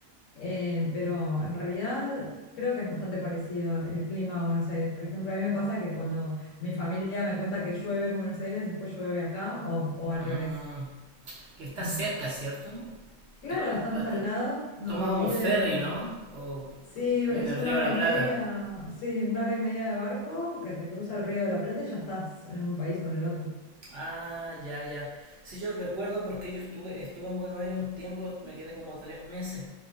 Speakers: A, on the left; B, on the right.
A: eh, pero en realidad creo que es bastante parecido el clima a Buenos Aires. Por ejemplo, a mí me pasa que cuando mi familia me cuenta que llueve en Buenos Aires, después llueve acá o, o al
B: Mm,
A: revés.
B: que está
A: Eh,
B: cerca, ¿cierto?
A: claro,
B: Creo que está,
A: estamos
B: está-
A: al lado, nos
B: Tomas
A: divide.
B: un ferry, ¿no? O
A: Sí, es
B: en el
A: una
B: Río
A: hora
B: de la
A: y
B: Plata.
A: media, sí, una hora y media de barco que te cruza el Río de la Plata y ya estás en un país o en el otro.
B: Ah, ya, ya. Sí, yo recuerdo porque yo estuve, estuve en Buenos Aires un tiempo, me quedé como tres meses